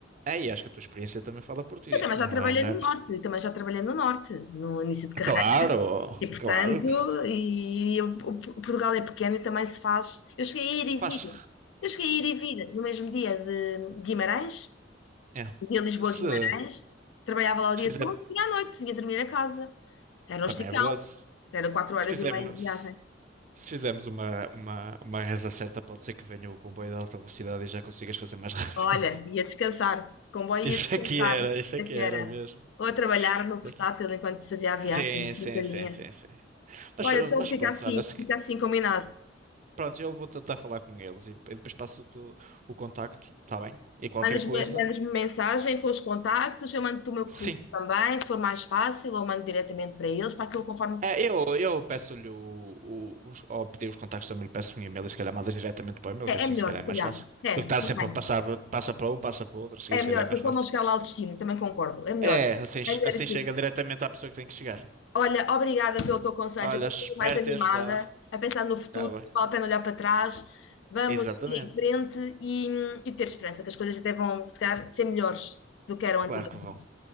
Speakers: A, on the right; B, on the left.
A: é, e acho que a tua experiência também fala por ti,
B: e também
A: não
B: já trabalhei
A: é? Não
B: no
A: é?
B: norte, e também já trabalhei no norte, no início de carreira.
A: Claro,
B: E portanto,
A: claro que sim.
B: e, eu- o P- Portugal é pequeno e também se faz. Eu cheguei a ir e
A: Faz.
B: vir. Eu cheguei a ir e vir no mesmo dia de Guimarães,
A: É.
B: fazia Lisboa
A: Se,
B: a Guimarães, trabalhava lá o dia
A: se fizermos,
B: todo e à noite vinha dormir a casa. Era um
A: também
B: esticão,
A: é verdade.
B: era quatro horas
A: Se fizermos,
B: e meia de viagem.
A: se, se fizermos uma, uma, uma reza certa, pode ser que venha o comboio de alta velocidade e já consigas fazer mais <laughs> rápido.
B: Olha, ia descansar, de comboio ia
A: Isso
B: descansar.
A: aqui era, isso
B: Isso
A: aqui
B: é que
A: era
B: era.
A: mesmo.
B: Ou a trabalhar no
A: Isso
B: portátil
A: aqui-
B: enquanto fazia a
A: Sim,
B: viagem, descansadinha.
A: sim, sim, sim, sim. Mas,
B: Olha, então
A: mas
B: fica
A: pronto,
B: assim,
A: olha, se,
B: fica assim combinado.
A: Pronto, eu vou tentar falar com eles e e depois passo-te o, o contacto, está bem? E qualquer
B: Mandas-me
A: coisa,
B: mandas-me mensagem com os contactos, eu mando-te o meu currículo
A: sim.
B: também, se for mais fácil, ou mando diretamente para eles, para aquilo conforme.
A: É, eu eu peço-lhe o, o- os, ao pedir os contactos também lhe peço um e-mail e se calhar mandas diretamente para o e-mail,
B: É,
A: que assim
B: é melhor,
A: se calhar
B: se
A: é mais
B: calhar.
A: fácil.
B: É,
A: Do que estar
B: também.
A: sempre a passar, passa para um, passa para o outro, assim
B: É
A: se
B: melhor,
A: calhar é
B: depois
A: mais fácil.
B: pode não chegar lá ao destino, também concordo. É melhor.
A: É, assim,
B: É melhor
A: assim
B: assim.
A: chega diretamente à pessoa que tem que chegar.
B: Olha, obrigada pelo teu conselho,
A: Olha,
B: eu estou
A: espero
B: um bocadinho mais animada,
A: ter ajudado.
B: a pensar no futuro,
A: Está bem.
B: vale a pena olhar para trás, vamos
A: Exatamente.
B: ir em frente e, e ter esperança, que as coisas até vão, se calhar, ser melhores do que eram
A: Claro
B: antigamente.
A: que vão.